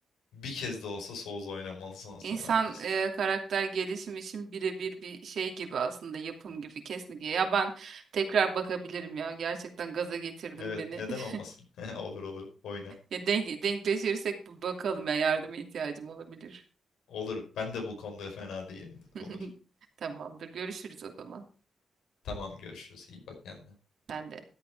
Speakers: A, on the left; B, on the right.
A: bir kez de olsa Souls oynamalı sanırsam
B: insan
A: herkes.
B: e, karakter gelişimi için birebir bir şey gibi aslında yapım gibi kesinlikle. Ya ben tekrar bakabilirim ya gerçekten gaza getirdim
A: Evet,
B: beni.
A: neden
B: <laughs>
A: olmasın? <laughs> Olur olur, oyna.
B: Ya denk, denkleşirsek bir bakalım ya yardıma ihtiyacım olabilir.
A: Olur. Ben de bu konuda fena değilim.
B: <laughs>
A: Olur.
B: Tamamdır görüşürüz o zaman.
A: Tamam görüşürüz. İyi bak kendine.
B: Sen de.